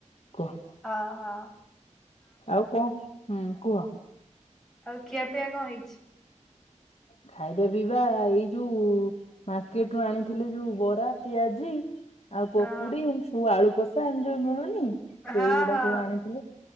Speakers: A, on the left; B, in the centre.
A: କୁହ?
B: ହଁ ହଁ ହଁ
A: ଆଉ କଣ ହୁଁ କୁହ?
B: ଆଉ ଖିଆପିଆ କଣ ହେଇଚି?
A: ଖାଇବା ପିଇବା ଏଇ ଯୋଉ ମାର୍କେଟ ରୁ ଆଣିଥିଲି ଯୋଉ ବରା, ପିଆଜି ଆଉ ପକୁଡି,
B: ହଁ
A: ଏମିତି ସବୁ ଆଳୁ କଷା ଏମିତି ଯୋଉ ମିଳୁନି ସେଇଗୁଡା
B: ହଁ ହଁ
A: ସବୁ ଆଣିଥିଲେ।